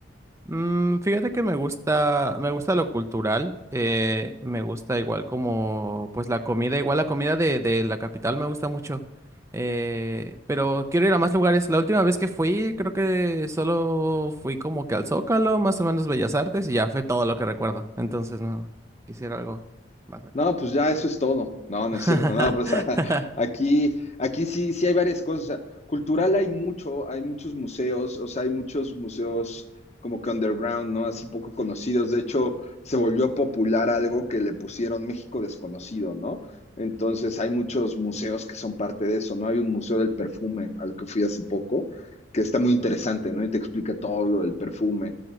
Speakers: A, on the right; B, on the left.
A: Mm, fíjate que me gusta, me gusta lo cultural, eh, me gusta igual como, pues la comida, igual la comida de, de la capital me gusta mucho, eh, pero quiero ir a más lugares. La última vez que fui, creo que solo fui como que al Zócalo, más o menos Bellas Artes, y ya fue todo lo que recuerdo. Entonces, no, quisiera algo más acá.
B: No, pues ya eso es todo. No, no
A: <laughs>
B: es cierto. No, pues <laughs> aquí, aquí sí, sí hay varias cosas. O sea, cultural hay mucho, hay muchos museos, o sea, hay muchos museos como que underground, ¿no? Así poco conocidos. De hecho, se volvió popular algo que le pusieron México desconocido, ¿no? Entonces hay muchos museos que son parte de eso, ¿no? Hay un museo del perfume al que fui hace poco, que está muy interesante, ¿no? Y te explica todo lo del perfume.